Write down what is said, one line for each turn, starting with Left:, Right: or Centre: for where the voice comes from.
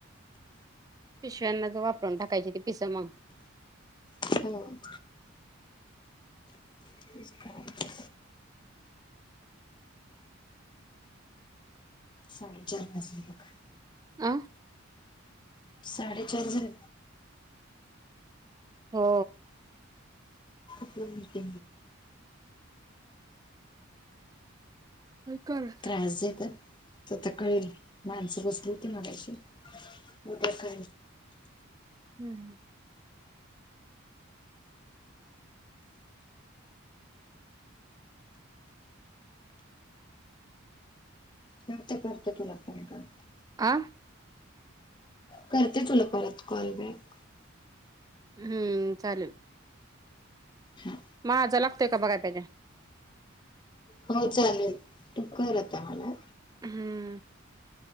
Right: पिशव्यांना ज वापरून टाकायची त पिसमाग
Left: हम् तेच करायचं चाले चले बघ
Right: अह
Left: साडेचार हजार
Right: हो
Left: होती
Right: कर
Left: तर तरता कळेल माणसं बसलती मलाशी थ
Right: हम्
Left: न ते करत तुला फोन परत
Right: आं
Left: करते तुला परत कॉल बॅक
Right: हम्म चाल
Left: हा
Right: मझा लागतोय का बघाय पाहिजे
Left: हो चालेल तू कर आता मला.
Right: हम्.